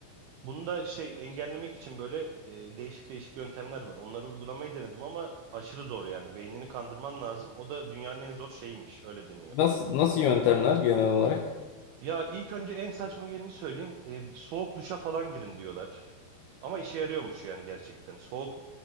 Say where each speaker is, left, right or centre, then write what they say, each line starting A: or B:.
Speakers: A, on the right; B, on the left.
A: Bunu da şey engellemek için böyle e, değişik değişik yöntemler var. Onları uygulamayı denedim ama aşırı zor yani. Beynini kandırman lazım. O da dünyanın en zor şeyiymiş. Öyle deniyor.
B: Nasıl nasıl yöntemler genel olarak?
A: Ya ilk önce en saçma geleni söyleyeyim. E, bir soğuk duşa falan girin diyorlar. Ama işe yarıyormuş yani gerçekten. Soğuk